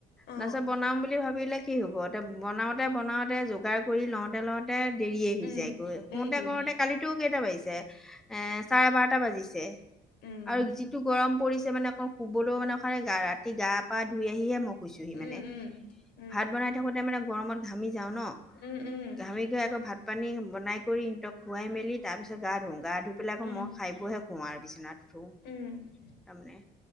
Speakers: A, on the left; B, in the centre.
A: অ
B: তাছত বনাম বুলি ভাবিলে কি হ'ব এ বনাওঁতে বনাওঁতে যোগাৰ কৰি লওঁতে লওঁ- তে দেৰিয়ে হৈ
A: উম
B: যায়গৈ,
A: সেইটোৱে
B: শুতে কৰোতে কালিতো কেইটা বাজিছে এ চাৰে বাৰট- টা বাজিছে
A: উম
B: আৰু যিটো গৰম পৰিছে মানে শুবলৌ মানে খাৰি গাৰ ৰাতি গা পা ধুই আহিহে মই শুইছোহি
A: উম
B: মানে
A: উম উম
B: ভাত বনাই থাকোঁতে মানে গৰমত ঘামি যাওঁ ন।
A: উম উম।
B: ঘামি ঘা আকৌ ভাত পানী বনাই কৰি সিহঁতক খোৱাই মেলি তাৰপিছত গা ধো গা ধুই পেলাই আকৌ
A: উম
B: মই খাই বৈ হে শু আৰু বিছনাত উঠো
A: উম
B: তাৰমানে।